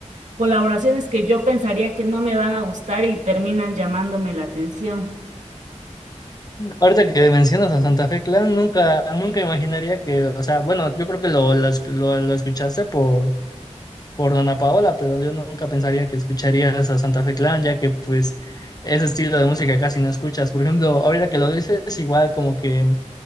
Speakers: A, on the right; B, on the left.
A: colaboraciones que yo pensaría que no me van a gustar y terminan llamándome la atención.
B: Ahorita que mencionas a Santa Fe Clan, nunca, nunca imaginaría que, o sea, bueno, yo creo que lo, las- lo, lo escuchaste por, por Dana Paola, pero yo nunca pensaría que escucharías a Santa Fe Clan, ya que pues ese estilo de música casi no escuchas. Por ejemplo, ahorita que lo dices, igual como que